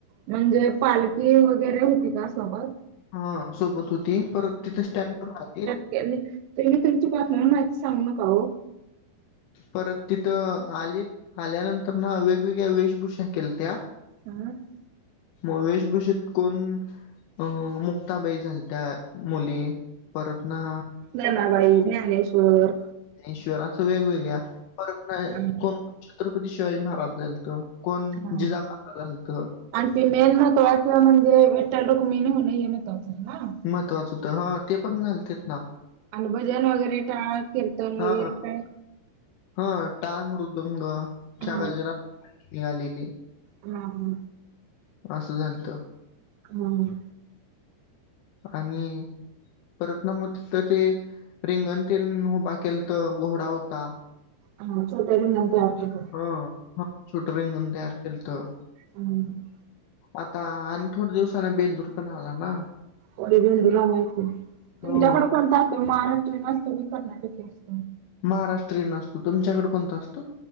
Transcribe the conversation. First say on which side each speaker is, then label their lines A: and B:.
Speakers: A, on the right; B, on the left.
A: म्हणजे पालखी वगैरे होती का सोबत
B: हा सोबत होती परत तिथे स्टँड प राहलीत
A: त मी तुमच्या बातम्याला माहिती सांगू नका हो
B: परत तिथं आलीत आल्यानंतर ना वेगवेगळ्या वेशभूषा केलत्या
A: <inaudible>
B: मग वेशभूषेत कोण अ मुक्ताबाई झालत्या मुली परत ना
A: जनाबाई ज्ञानेश्वर
B: श्वर असं वेगवेगळे परत नाही
A: हा.
B: कोण छत्रपती शिवाजी महाराज झालत कोण
A: हा
B: जिजा माता झालतं
A: आणि ती मेन महत्वाच म्हणजे विठठ्ल रुक्मिणी होण हे महत्वाचं आहे ना
B: महत्वाचं तर ह ते पण झालतीत ना
A: आणि भजन वगैरे टाळ कीर्तन
B: हा
A: वगैरे काय
B: हा टाळ मृदंग
A: हा
B: गजरात निघालेली
A: हा हा
B: असं झालंत
A: हम्
B: आणि, परत ना मग तिथं ते रिंगण तेन उभा केलतं, घोडा होता.
A: हम छोटे रिंगण तयार केलं
B: हा, हा छोटं रिंगण तयार केलतं.
A: <unintelligible>
B: आता आणि थोडं दिवसाने बेंदूर पण आला ना?
A: होय बेंदूर आलाय की,
B: हो
A: तुमच्याकडे कोणता असतो महाराष्ट्रीयन असतो की कर्नाटकी असतो?
B: महाराष्ट्रीयन असतो. तुमच्याकडे कोणता असतो?